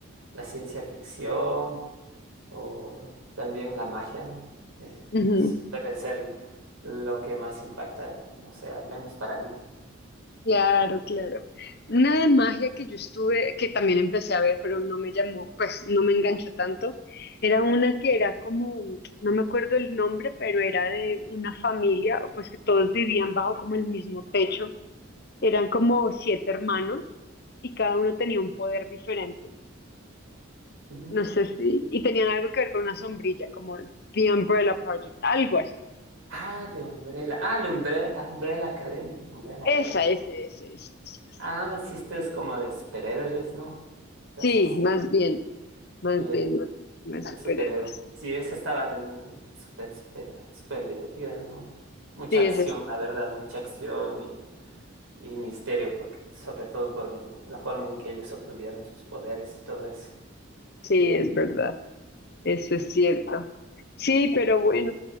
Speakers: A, on the right; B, on the left.
A: la ciencia ficción o también la magia, ¿no? Eh,
B: Ujú.
A: su- suelen ser lo que más impacta, o sea, al menos para mí.
B: Claro, claro. Una de magia que yo estuve, que también empecé a ver, pero no me llamó, pues no me enganchó tanto, era una que era como, no me acuerdo el nombre, pero era de una familia, pues que todos vivían bajo como el mismo techo. Eran como siete hermanos y cada uno tenía un poder diferente.
A: Mm,
B: No sé si, y tenían algo que ver con una sombrilla, como The Umbrella Project, algo así.
A: Ah, de Umbrella. Ah, la Umbrella, ah, Umbrella Academy. Umbrella
B: Esa,
A: Academy.
B: ese, ese, ese, ese. ese.
A: Ah, sí, esto es como de superhéroes, ¿no? O sea,
B: Sí,
A: sí,
B: más bien, más
A: sí.
B: bien, más bien,
A: Un
B: más superhéroes.
A: superhéroe. Sí, esa estaba también súper, súper, súper divertida, ¿no? Mucha
B: Sí,
A: acción,
B: eso es,
A: la verdad, mucha acción y, y misterio, porque, sobre todo por el- la forma en que ellos obtuvieron sus poderes y todo eso.
B: sí, es verdad. Eso
A: Ujú.
B: es cierto. Sí, pero bueno,